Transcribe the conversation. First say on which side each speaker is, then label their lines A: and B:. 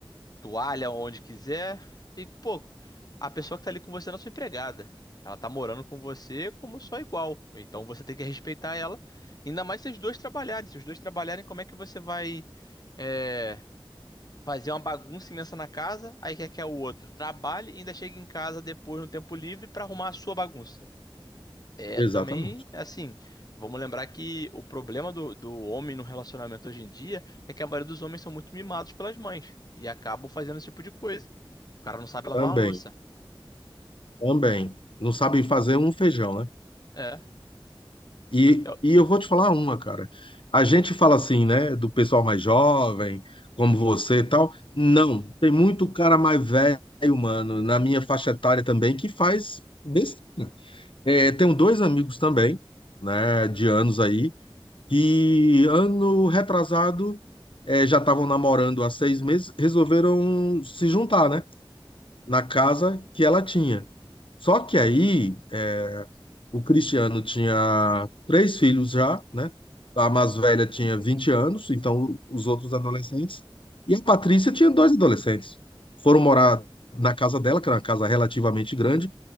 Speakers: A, on the left; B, on the left.
A: toalha onde quiser. E, pô, a pessoa que tá ali com você não é sua empregada. Ela tá morando com você como sua igual. Então você tem que respeitar ela. Ainda mais se os dois trabalharem. Se os dois trabalharem, como é que você vai, é, fazer uma bagunça imensa na casa, aí quer que o outro trabalhe e ainda chegue em casa depois no tempo livre pra arrumar a sua bagunça? É
B: Exatamente.
A: também, assim, vamos lembrar que o problema do, do homem no relacionamento hoje em dia é que a maioria dos homens são muito mimados pelas mães e acabam fazendo esse tipo de coisa. O cara não sabe lavar
B: Também,
A: uma louça.
B: também. Não sabe fazer um feijão, né?
A: É,
B: E,
A: eu,
B: e eu vou te falar uma, cara. A gente fala assim, né, do pessoal mais jovem, como você e tal. Não, tem muito cara mais velho, mano, na minha faixa etária também, que faz. bes- É, tenho dois amigos também, né, de anos aí, que ano retrasado é, já estavam namorando há seis meses, resolveram se juntar, né, na casa que ela tinha. Só que aí. é, o Cristiano tinha três filhos já, né? A mais velha tinha 20 anos, então os outros adolescentes. E a Patrícia tinha dois adolescentes. Foram morar na casa dela, que era uma casa relativamente grande. O